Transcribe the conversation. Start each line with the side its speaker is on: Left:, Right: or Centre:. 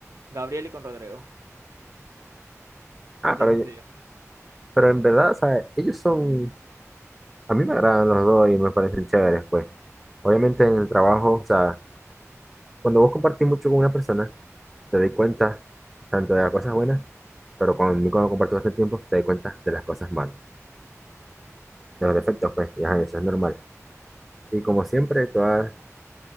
Right: Gabriel y con Rodrigo. Así
Centre: ah, pero,
Right: de sencillo.
Centre: yo- pero en verdad, o sea, ellos son, a mí me agradan los dos y me parecen chéveres, pues. Obviamente en el trabajo, o sea, cuando vos compartís mucho con una persona, te das cuenta tanto de las cosas buenas, pero conmigo cuando compartís bastante tiempo, te das cuenta de las cosas malas. de los defectos, pues, y ajá, eso es normal. Y como siempre, todas,